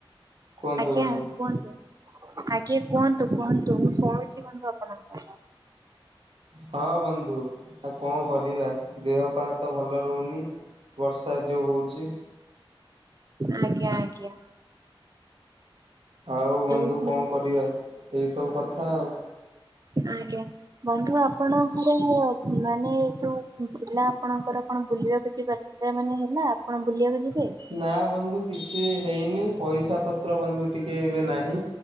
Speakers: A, on the right (about 85°); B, on the right (about 40°).
A: କୁହନ୍ତୁ
B: ଆଜ୍ଞା
A: ବନ୍ଧୁ।
B: କୁହନ୍ତୁ। ଆଜ୍ଞା। କିଏ କୁହନ୍ତୁ କୁହନ୍ତୁ ମୁଁ ଶୁଣୁଚି। କି ବନ୍ଧୁ ଆପଣଙ୍କର?
A: ହଁ ବନ୍ଧୁ ଆଉ କଣ କରିବା ଦେହ ପା ତ ଭଲ ରହୁନି ବର୍ଷ ବର୍ଷା ଯୋଉ ହଉଛି।
B: ଆଜ୍ଞା ଆଜ୍ଞା।
A: ଆଉ ବନ୍ଧୁ
B: ଏଇ ସବୁ
A: କଣ କରିବା। ଏଇସବୁ କଥା ଆଉ।
B: ଆଜ୍ଞା ବନ୍ଧୁ ଆପଣଙ୍କର ମାନେ ଯୋଉ ଥିଲା ଆପଣଙ୍କର କଣ ବୁଲିବାକୁ ଯିବା ସେଇଟା ମାନେ ହେଲା ଆପଣ ବୁଲିବାକୁ ଯି
A: ନା ବନ୍ଧୁ କିଛି, ହେଇନି ପଇସା ପତ୍ର ବନ୍ଧୁ ଟିକଏ ଏବେ ନାହିଁ